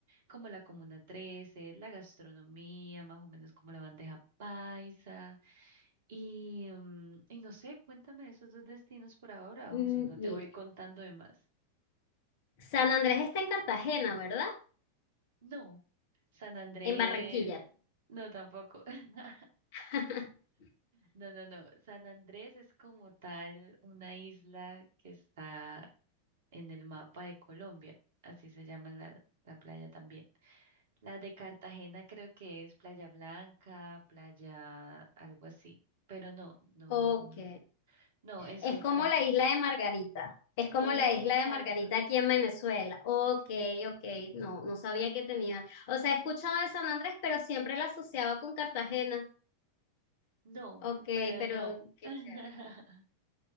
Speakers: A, on the right; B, on the left.
A: como la Comuna 13, la gastronomía, más o menos como la bandeja paisa. Y, mm, y no sé, cuéntame esos dos destinos por ahora,
B: Mm,
A: o si no
B: Mira,
A: te voy contando de más.
B: San Andrés está en Cartagena, ¿verdad?
A: No, San Andrés,
B: En Barranquilla.
A: no tampoco. <laughs>
B: <laughs>
A: No, no, no. San Andrés es como tal una isla que está en el mapa de Colombia, así se llama la la playa también. Las de Cartagena creo que es Playa Blanca, playa algo así, pero no, no,
B: Ok.
A: no, no, es
B: Es
A: otra.
B: como la isla de Margarita. Es como
A: Exacto,
B: la isla de Margarita aquí en Venezuela. Ok, ok, no, no sabía que tenía. O sea, he escuchado de San Andrés, pero siempre la asociaba con Cartagena.
A: no,
B: Ok,
A: pero
B: pero
A: no.
B: qué
A: <laughs>
B: chévere.